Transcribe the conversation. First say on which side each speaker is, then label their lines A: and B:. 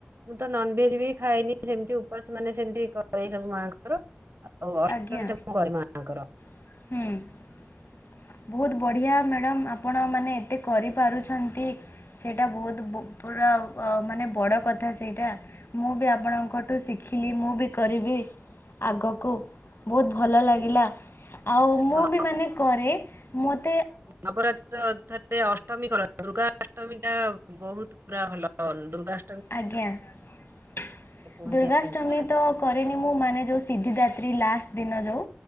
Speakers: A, on the right (about 65°); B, on the left (about 65°).
A: ମୁଁ ତ ନନଭେଜ ବି ଖାଏନି ସେମିତି ଉପାସ ମାନେ ସେମିତି କରେ ସବୁ ମାଆଙ୍କର ଆଉ ଅଷ୍ଟମୀ
B: ଆଜ୍ଞା
A: ଟା ମୁଁ କରେ ମା ମା ଙ୍କର
B: <inaudible> ବହୁତ ବଢ଼ିଆ ମ୍ୟାଡ଼ମ୍ ଆପଣ ମାନେ ଏତେ କରିପାରୁଛନ୍ତି ସେଇଟା ବହୁତ ପୁରା ମାନେ ବଡ କ ଥା ସେଇଟା ମୁଁ ବି ଆପଣଙ୍କଠୁ ଶିଖିଲି ମୁଁ ମୁଁ ବି କରିବି ଆଗକୁ, ବହୁତ ଭଲ ଲାଗେ ଗିଲା ଆଉ ମୁଁ
A: ହଁ
B: ବି ମାନେ କରେ ମୋତ
A: ନବରାତ୍ର ଅଥା ଅଷ୍ଟମୀ କର ଦୁର୍ଗାଷ୍ଟ ଷ୍ଟମୀ ଟା ବହୁତ ପୁରା ଭଲ ଦୁର୍ଗା
B: ଆଜ୍ଞା, <inaudible>
A: କୁହନ୍ତି
B: ଦୁର୍ଗାଷ୍ଟମୀ
A: ଆମକୁ ନା
B: ତ କରେନି ମୁଁ ମାନେ ଯୋଉ ସିଦ୍ଧିଦା ତ୍ରୀ ଲାଷ୍ଟ ଦିନ ଯୋଉ,